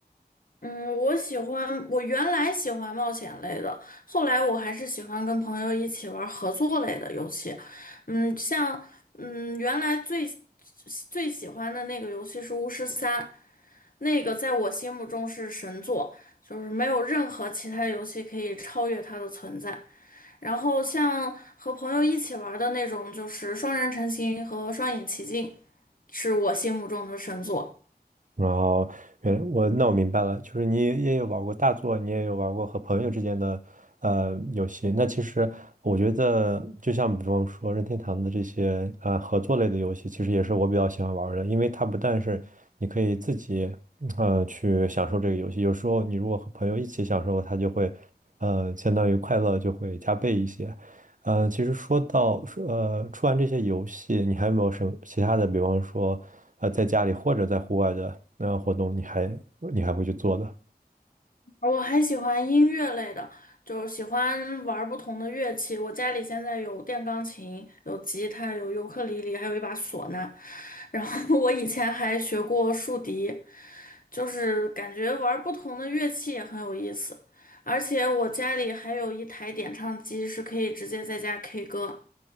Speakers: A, on the left (about 60°); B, on the right (about 50°).
A: 嗯，我喜欢，我原来喜欢冒险类的，后来我还是喜欢跟朋友一起玩合作类的游戏。嗯，像嗯，原来最最喜欢的那个游戏是巫师三，那个在我心目中是神作，就是没有任何其他游戏可以超越它的存在。然后像和朋友一起玩的那种，就是双人成行和双影奇境，是我心目中的神作。
B: 然后，原我那我明白了，就是你也有玩过大作，你也有玩过和朋友之间的呃游戏。那其实我觉得，就像比方说任天堂的这些呃合作类的游戏，其实也是我比较喜欢玩儿的，因为它不但是你可以自己呃去享受这个游戏，有时候你如果和朋友一起享受，它就会呃相当于快乐就会加倍一些。呃，其实说到说呃，出完这些游戏，你还有没有什么其他的？比方说，呃，在家里或者在户外的那活动你还你还会去做的？
A: 我还喜欢音乐类的，就喜欢玩儿不同的乐器。我家里现在有电钢琴、有吉他、有尤克里里，还有一把唢呐。然后 <laughs> 我以前还学过竖笛，就是感觉玩儿不同的乐器也很有意思。而且我家里还有一台点唱机，是可以直接在家 K 歌。